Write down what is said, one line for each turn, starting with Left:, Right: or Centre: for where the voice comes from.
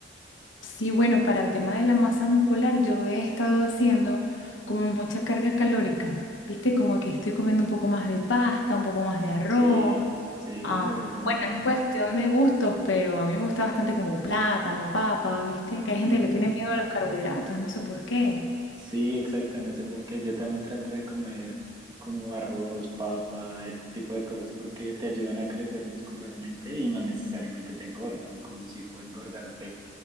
Left: Sí, bueno, para el tema de la masa muscular, yo he estado haciendo como mucha carga calórica, ¿viste? Como que estoy comiendo un poco más de pasta, un poco más de arroz.
Right: Sí, sí,
Left: Ah,
Right: lo recomiendan.
Left: bueno, es cuestión de gustos, pero a mí me gusta bastante como plátano, papa, ¿viste? Que hay gente
Right: Ujú.
Left: que le tiene miedo a los carbohidratos, no sé por qué.
Right: Sí, exacto, no sé por qué. Yo también trato de comer como arroz, papa, este tipo de cosas porque te ayudan a crecer muscularmente y no necesariamente te engordan, como si puede engordarte